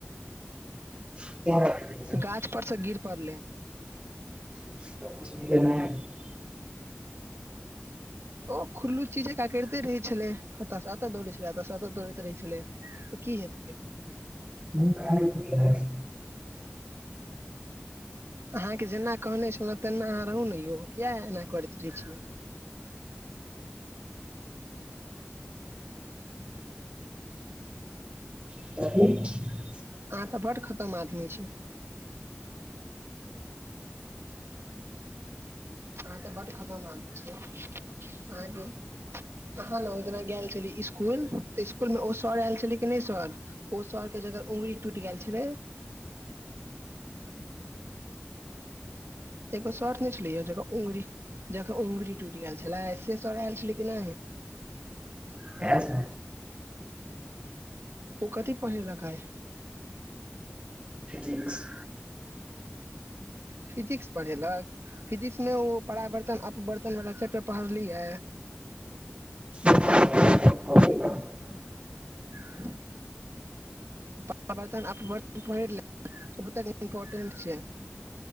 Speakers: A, on the right; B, on the right.
A: <unintelligible>
B: गाछ परसँ गिर पड़लै।
A: <unintelligible>
B: ओ खुरल्लूच्ची जका करिते रहै छलै, एत सऽ एत दौड़े छलै एत स एत दौड़ैत रहै छलै। तऽ कि हेतै
A: <unintelligible>
B: अहाँकेँ जेना कहने छलौ तेना अहाँ रहु ने यौ, किए एना करैत रहै छीयै
A: <unintelligible>
B: अहाँ त बड़ खतम आदमी छी। अहाँ तऽ बड खतम आदमी छीयै, अहाँकेँ अहाँ लग एकरा गेल छली स्कूल तऽ स्कूल मे ओ सर ऐयल छलै कि नहि सर ओ सरके जकर अगुंरी टूटि गेल छलै एगो शट ने छलै यौ जकर अंगुरी जकर अंगुरी टूटि गेल छेलै से सर ऐयल छलै कि ने
A: <unintelligible>
B: ओ कथि पड़हेल कऽ आइ
A: फिजिक्स।
B: फिजिक्स पढ़ेलक, फिजिक्स मे ओ परावर्तन अपबर्तन वाला चैप्टर पढ़लियै
A: <unintelligible>
B: <unintelligible> पराबर्तन अपवर्तन पैड़ बड़ इम्पोटेट छै